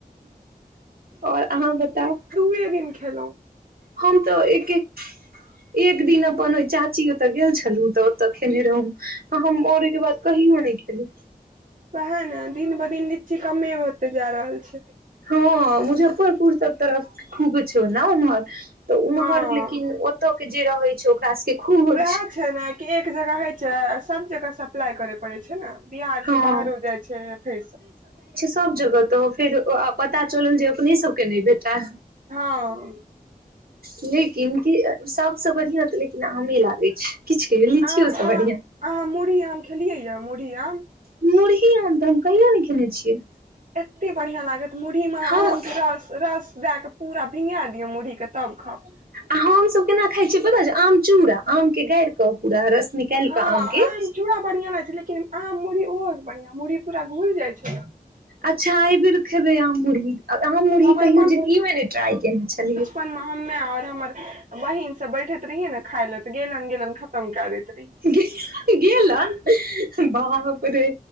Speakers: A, on the right; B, on the right.
A: आओर अहाँ बताउ
B: कते दिन खेलो
A: हम तो एक एक दिन अपन ओय चाची ओतऽ गेल छ लू तऽ ओतऽ खेने रहूँ आ हम आओर ओहि केँ बाद कहियो नय खेलू
B: ओहै नऽ दिन पर दिन लिची कमे होते जा रहल छै
A: हँ मुजफ्फरपुर सब तरफ खूब छै ओना उम्हर तऽ ओम्हर
B: हँ
A: लेकिन ओतय केँ जे रहै छै ओकरा सबकेँ खूब होइ
B: वएह
A: छै
B: छै नऽ कि एक जगह हइ छै सब जगह सप्लाई करैय पड़े छै नऽ बिहार
A: हँ
B: सँ बाहरो जाइ छै एथै सँ
A: सभ जगह तऽ फेर ओ अ पता चलल जे अपने सब केँ नहि भेटैल
B: हँ
A: लेकिन कि सबसँ बढ़िया तऽ लेकिन आमे लागै छै किछ कहियो लीचियो
B: आम अहाँ
A: सँ बढ़िया
B: अहाँ मुरही आम खेलियै यऽ मुरही आम
A: मुरही आन तऽ हम कहियो नय खेने छियै
B: एते बढ़िया लागत मुरहीमे
A: हम
B: आम केँ रस - रस दै कऽ पूरा भीगा दियौ मुरही केँ तब खाउ
A: आ हमसभ केना खाइ छियै पता छै आम चूड़ा आम केँ गाइर कऽ पूरा रस नि काइ
B: हँ
A: कऽ आम केँ
B: चूड़ा बढ़िया होय छै लेकिन आम मुरही ओहो बढ़िया मुरही पूरा घूइल जाइ छै
A: अच्छऽ एयबेर खेबे आम मुरही आम मुरही
B: हमर
A: कहियो जिन्दगी मे नय ट्राई केने छलियै
B: अपन हमे आओर हमर बहिन सब बैठैत रहिये नऽ खाय लऽ तऽ गेलन गेलन खतम दैय दैत रहियै
A: गेलत - गेलन बाप रे